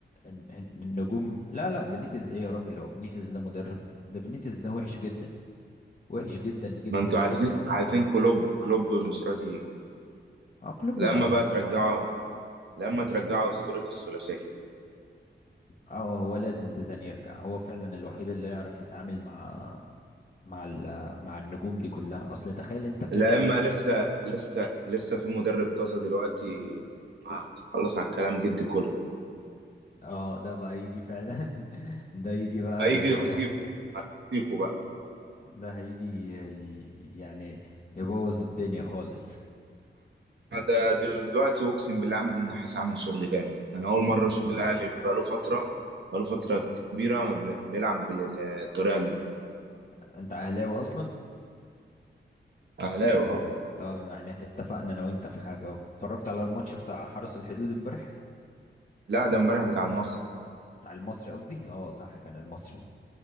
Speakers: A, on the left; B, on the right.
A: الن- الن- النجوم لا لا بنيتز ايه يا راجل هو بنيتز ده مدرب ده بنيتز ده وحش جدا وحش جدا جدا
B: ما انتوا
A: جدا
B: عايزين عايزين
A: كمان
B: كلوب كلوب مش راضي يجي
A: اه كلوب
B: لما
A: بقى
B: بقى ترجعه لما ترجعه أسطورة الثلاثية
A: اه هو لازم زيدان يرجع هو فعلا الوحيد اللي يعرف يتعامل مع مع ال... مع النجوم دي كلها اصل تخيل انت فرقة
B: لما لسه لسه لسه في مدرب طازة دلوقتي آه، خلص على الكلام جدي كولر
A: اه ده بقى يجي فعلا <laughs> ده يجي بقى
B: هيجي
A: ف...
B: يخصيكوا هيخصيكوا بقى
A: <laughs> ده هيجي ي- يعني يبوظ الدنيا خالص
B: أنا ده دلوقتي أقسم بالله عماد النحاس عامل شغل جامد أنا أول مرة أشوف الأهلي بقاله فترة بقاله فترة كبيرة ما بي- بيلعب بالطريقة دي
A: انت اهلاوي اصلا
B: أهلاوي أهو
A: طب يعني اتفقنا انا وانت في حاجه اهو اتفرجت على الماتش بتاع حرس الحدود امبارح
B: لا ده امبارح بتاع المصري
A: بتاع المصري قصدي اه صح كان المصري